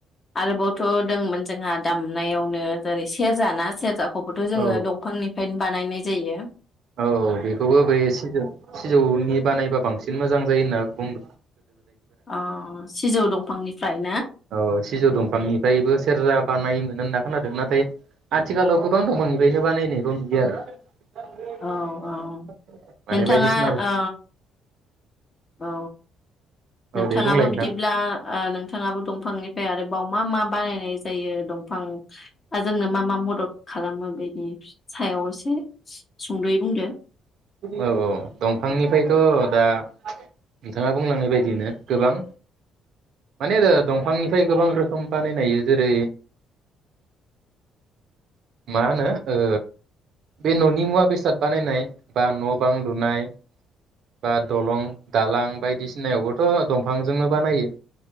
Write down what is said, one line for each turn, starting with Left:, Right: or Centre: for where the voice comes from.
Left: आरो बाव थ दंमोन जोंहा दामनायावनो जेरै सेरजा ना सेरजाख खौबोथ जोङो
Right: औ
Left: दंफांनिफ्रायनो बानायनाय जायो
Right: औ औ बेखौबो बेै सिजौ सिजौनि बानायबा बांसिन मोजां जायो होनना बुं
Left: अ सिजौ दंफांनि फायना।
Right: औ सिजौ दंफांनिफ्रायबो सेरजा बानायोमोन होनना खोनादों नाथाय आथिखालाव गोबां दंफांनिफ्रायनो बानायनायखौ नुयो आरो
Left: औ औ
Right: माने
Left: नोंथाङा
Right: बायदिसिना आरो
Left: ओ औ नोंथाङाबो
Right: दे बुंलाय नोंथां
Left: बिदिब्ला ओ नोंथाङाबो दंफांनि ओमफाय आरोबाव मा मा बानायनाय जायो दं फां जोंनो मा मा मदद खालामो बेनि सायाव एसे सुंद'यै बुंदो।
Right: औ औ दंफांनिफ्रायथ' दा नोंथाङा बुंलांनाय बायदिनो गोबां माने ओ दंफांनिफ्राय गोबां रोखोम बानायनायो जेरै मा होनो ओ बे न'नि मुवा बेसाद बानायनाय बा न' बां लुनाय बा दलं दालां बायदिसिनायावबोथ' दंफांजोंनो बानायो।